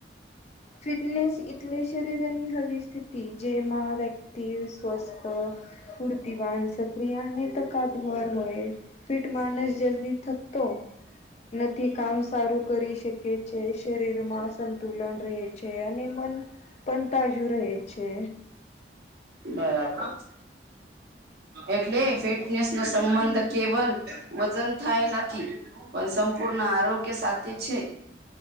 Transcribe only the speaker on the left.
ફિટનેસ એટલે શરીરની હવી સ્થિતિ જેમાં વ્યક્તિ સ્વસ્થ કુર્તિવાન સક્રિય અને તકાદભર હોય. ફિટ માનસ જલ્દી થકતો નથી કામ સારું કરી શકે છે શરીરમાં સંતુલન રહે છે. અને મન પણ તાજુ રહેે છે.